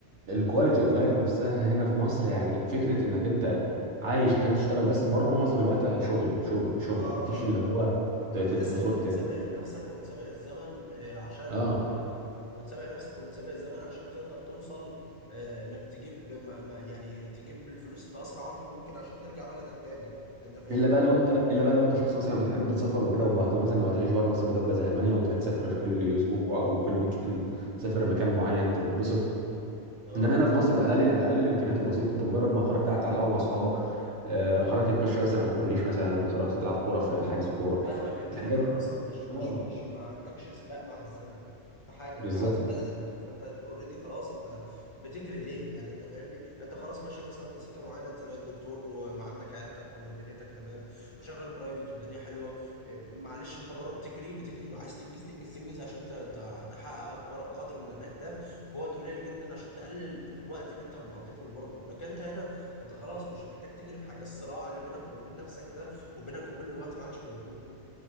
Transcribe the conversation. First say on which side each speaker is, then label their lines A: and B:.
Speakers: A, on the right; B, on the left.
A: الكواليتي اوف لايف نفسها هنا في مصر يعني فكره انك انت عايش عشان تشتغل بس بره معظم الوقت شغل شغل شغل
B: اه
A: مفيش اللي
B: اه
A: هو ت-
B: وبتحس
A: ت- تخرج
B: ان انت بتسابق
A: ت...
B: نفسك وبتسابق الزمن آه، عشان
A: اه
B: آه، بتسابق نفسك وبتسابق الزمن عشان تقدر توصل آه، انك تجيب م... م... يعني تجيب الفلوس في اسرع وقت ممكن عشان ترجع بلدك تاني انت فاهمني؟
A: الا بقى لو انت الا بقى لو انت شخص مثلا بتحب السفر وكده وبعت- مثلا لو هتعيش بره مثلا في دوله زي المانيا وهتسافر كل اسبوع او كل ويك اند تسافر مكان معين تتبسط
B: اه
A: انما هنا في مصر باقل باقل الامكانيات البسيطه انت مجرد ما خرجت قعدت على قهوه مع اصحابك آه، خرجت تتمشى مثلا على الكورنيش مثلا خرجت تلعب كوره في حجز كوره
B: فاهمك انت
A: الحاجات
B: هنا
A: دي
B: اصلا مش مش
A: اه
B: مش ما عندكش سباق مع الزمن في حاجه
A: بالظبط
B: انت قاعد في بلدك فانت اوريدي خلاص انت بتجري ليه يعني انت فاهمني انت خلاص ماشي مثلا في سكه معينه انت بقيت دكتور وعندك عيادتك ودنيتك تمام وشغال برايفت والدنيا حلوه إيه، معلش انت بره بتجري بتجري عايز تنجز تنجز تنجز عشان ت- ت- تحقق اكبر قدر من الاهداف في وقت قليل جدا عشان تقلل الوقت اللي انت مقضيه في الغربه لكن انت هنا انت خلاص مش محتاج تجري في حاجه الصراع اللي بينك وما بين نفسك ده وبينك وبين الوقت ما عادش موجود